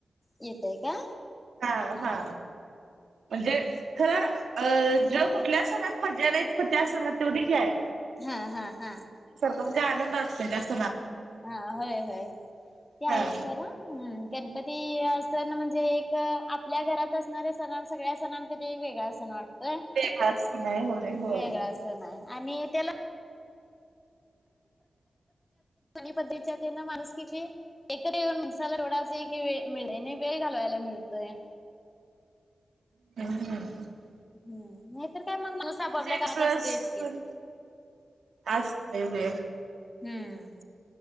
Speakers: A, on the left (about 20°); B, on the right (about 80°).
A: येतय का
B: हा हा म्हणजे खर अ
A: ह
B: ज कुठल्या सणात मजा नाहीच प त्या सणात तेवढी घ्याय
A: हा हा हा
B: म्हणजे आनंद असते जास्त
A: हा होय होय ते आहेच
B: हा
A: तरम् गणपती अस ना म्हणजे एक आपल्या घरात असणार्या सण सगळ्या सणां कधी वेगळा सण वाटत काय
B: वेगळा सण आहे होय होय
A: वेगळ असं नाही आणि त्याला पद्धती माणूस क एकत्र येऊनणसाला रोडा मि वेळ घालवायला मिळतय
B: हम्
A: हम् नाहीतर काय मग मला सप आपल्या
B: एक
A: कामात
B: सण
A: असतच की
B: असतय हो
A: हम्म.